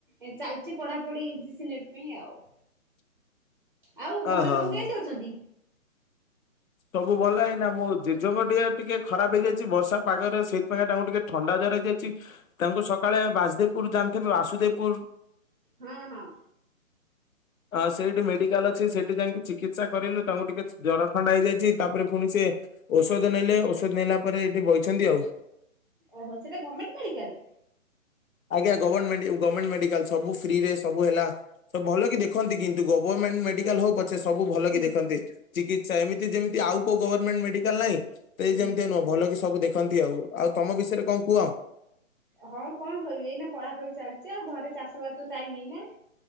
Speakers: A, on the right; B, on the left.
A: ଏ ଚାଲିଚି ପଢ଼ାପଢ଼ି ୟୁ ଜି ସି ନେଟ୍ ପାଇଁ ଆଉ
B: <inaudible>
A: ଆଉ ଘରେ
B: ଓହୋ
A: ସବୁ
B: ହୋ।
A: କେନ୍ତି ଅଛନ୍ତି।
B: ସବୁ ଭଲ ଏଇନା ମୋ ଜେଜମା ଦେହ ଟିକେ ଖରାପ ହେଇଯାଇଚି ବର୍ଷା ପାଗରେ ସେଇଥିପାଇଁ ଆଉ ତାଙ୍କୁ ଟିକେ ଥଣ୍ଡା ଜର ହେଇଯାଇଚି ତାଙ୍କୁ ସକାଳେ ବାସଦେବପୁର ଜାଣିଥିବେ ବାସୁଦେବପୁର।
A: ହଁ ହଁ।
B: ହଁ ସେଇଠି ମେଡିକାଲ ଅଛି ସେଠି ଯାଇକି ଚିକିତ୍ସା କରେଇଲୁ ତାଙ୍କୁ ଟିକେ ଜ୍ୱର ଠଣ୍ଡା ହେ ଛି ତାପରେ ଫୁଣି ସିଏ ଔଷଧ ନେଲେ ଔଷଧ ନେଲା ପରେ ଏଇଠି ବଇଛନ୍ତି ଆଉ।
A: ଓହୋ ସେଟା ଗମେଣ୍ଟ ମେଡିକାଲ।
B: ଆଜ୍ଞା <unintelligible> ଗମେଣ୍ଟ ମେଡିକାଲ ସବୁ ଫ୍ରିରେ ସବୁ ହେଲା। ସବୁ ଭଲ କି ଦେଖନ୍ତି କିନ୍ତୁ ଗଭରମେଣ୍ଟ ମେଡିକାଲ୍ ହୋଉ ପ ଛେ ସବୁ ଭଲ
A: ହୁଁ
B: କିି ଦେଖନ୍ତି ଚିକିତ୍ସା ଏମିତି ଯେମିତି ଆଉ କୋଉ ଗଭରମେଣ୍ଟ ମେଡିକାଲ ନାଇଁ। ଏଇ
A: ହୁଁ।
B: ଯେମିତିଆ ନୁହଁ ଭଲ କି ସବୁ ଦେଖନ୍ତି ଆଉ ଆଉ ତମ ବିଷୟରେ କଁ କୁହ?
A: ହଁ କଣ କହିବି ଏଇନା ପଢାପଢି ଚାଲିଚି ଆଉ ଘରେ ଚାଷ ବାସ ଟାଇମ୍ ଏଇନା।